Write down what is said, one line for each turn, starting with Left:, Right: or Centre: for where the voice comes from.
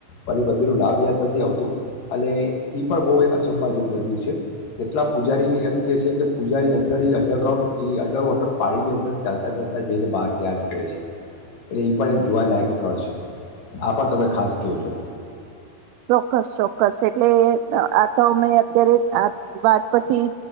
Left: મને મંદિરનું લાભ યાદ નથી આવતું અને એ પણ બહુ એક અચંબા જેવું મંદિર છે કેટલાક પૂજારી એમ કેહે છે કે પૂજારી અંદર એ અંડરગ્રાઉન્ડ એ અંડર વોટર પાણીની અંદર ચાલતા ચાલતા જઈને બહાર ત્યાં નીકળે છે. એટલે એ પણ એક જોવાલાયક સ્થળ છે, આ પણ તમે ખાસ જોજો.
Right: ચોક્કસ ચોક્કસ એટલે આ તો અમે અત્યારે આ વાત પછી,